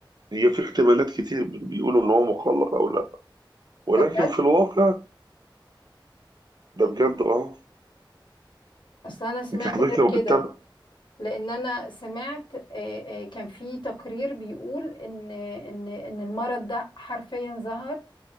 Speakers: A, on the right (about 55°); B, on the left (about 65°).
A: هي في احتمالات كتير بت- بيقولوا ان هو مخلق او لا ولكن
B: ده بجد
A: في الواقع ده بجد اه
B: اصل انا سمعت
A: انت حضرتك
B: غير
A: لو بتتابع
B: كده لان انا سمعت آه، آه، كان في تقرير بيقول ان آه، ان ان المرض ده حرفيا ظهر